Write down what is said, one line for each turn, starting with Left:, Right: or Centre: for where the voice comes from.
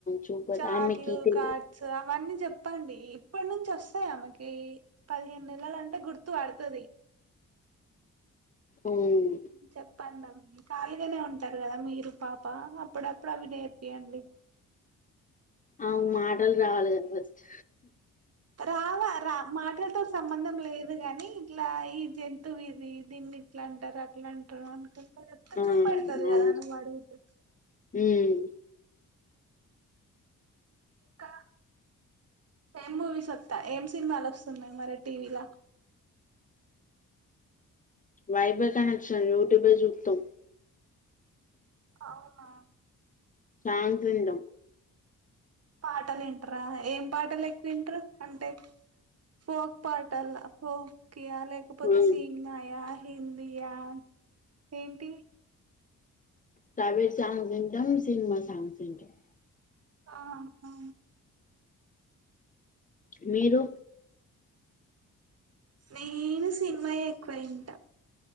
Left: చూప
Right: చాట్లు
Left: ఆమెకి తెలి
Right: కార్డ్స్ అవన్నీ చెప్పండి ఇప్పటి నుంచి వస్ స్తయి ఆమెకి పదిహేను నెలలంటే గుర్తు పడుతది
Left: మ్మ్
Right: చెప్పండమ్ కలిగానే ఉంటారు కదా మీరు పాప అప్పుడప్పుడు అవినేర్పియ్యండి
Left: అవ్ మాటలు రావాల కదా ఫస్ట్
Right: రావా రా మాటలతో సంబంధం లేదు గానీ ఇట్లా ఈ జంతువు ఇది దీన్ని ఇట్లా అంటరు అట్లా అంటరు అనుకుంట చెప్తే
Left: ఆ
Right: చూపెడతది
Left: అవును
Right: కదా నువ్వడిగితే
Left: మ్మ్
Right: కా టెన్ మూవీస్ చెప్తా ఏం సినిమాలొస్తున్నాయి మరి టీవీలా
Left: వైఫై కనెక్షన్ యూట్యూబే జూత్తం
Right: అవునా
Left: సాంగ్స్ వింటం
Right: పాటలింట్ర ఏం పాటలెక్కువ ఇంటరు అంటే ఫోక్ పాటలా ఫోక్యా లేకపోతే
Left: మ్మ్
Right: సినిమాయ హిందియా ఏంటి
Left: ప్రైవేట్ సాంగ్స్ వింటం సినిమా సాంగ్స్ వింటం
Right: ఆ హా
Left: మీరు
Right: నేను సినిమాయే ఎక్కువఇంటా